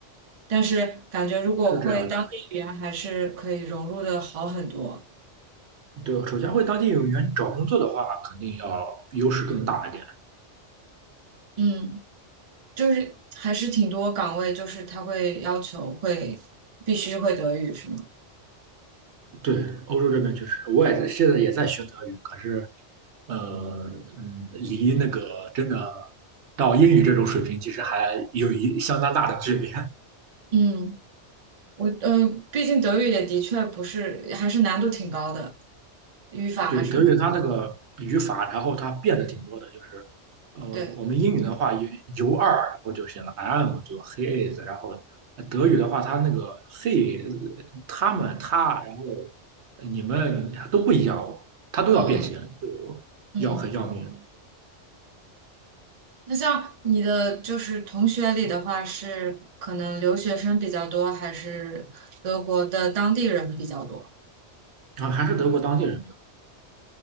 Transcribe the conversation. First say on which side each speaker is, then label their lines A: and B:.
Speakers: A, on the right (about 45°); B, on the right (about 70°).
A: 但是感觉如果会当地语言还是可以融入的好很多，
B: 是这样的。对，首先回当地有员找工作的话，肯定要优势更大一点。
A: 嗯。就是还是挺多岗位，就是他会要求会必须会德语，是吗？
B: 对，欧洲这边确实，我也在现在也在学德语，可是呃，嗯，离那个真的到英语这种水平，其实还有一相当大的距离。<laughs>
A: 嗯，我呃，毕竟德语也的确不是，还是难度挺高的，语法啊什么的。
B: 对，德语它那个语法，然后它变的挺多的，就是呃，
A: 对，
B: 我们英语的话有 u 二，然后就写了 am，就 he is，然后德语的话，它那个 he、他们、他，然后你们都不一样哦，它都要变形，
A: 嗯
B: 就要很要命。
A: 嗯。那像你的就是同学里的话，是可能留学生比较多，还是德国的当地人比较多？
B: 然后还是德国当地人比较